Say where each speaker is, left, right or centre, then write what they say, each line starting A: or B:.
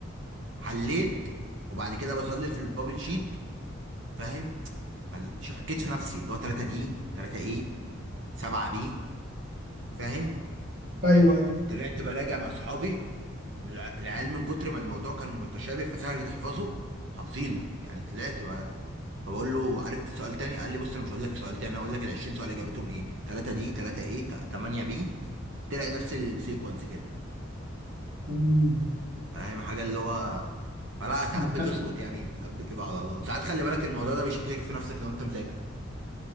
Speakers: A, on the right; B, on the right.
A: حليت وبعد كده بظلل في البابل شيت فاهم فشكيت في نفسي اللي هو 3 دي 3 ايه 7 بي فاهم
B: ايوه ايوه
A: طلعت براجع مع صحابي الع- العيال من كتر ما الموضوع كان متشابه فسهل تحفظه حافظينه يعني طلعت فبقول له عرفت سؤال تاني قال لي بص انا مش هقول لك السؤال تاني انا هقول لك ال 20 سؤال اجابتهم ايه 3 دي 3 ايه 8 بي تلاقي نفس السيكونس كده
B: مم.
A: فاهم حاجه اللي هو فلا ساعات
B: انت
A: بتظبط يعني ساعات بتبقى على الله ساعات خلي بالك الموضوع ده بيشككك في نفسك لو انت مذاكر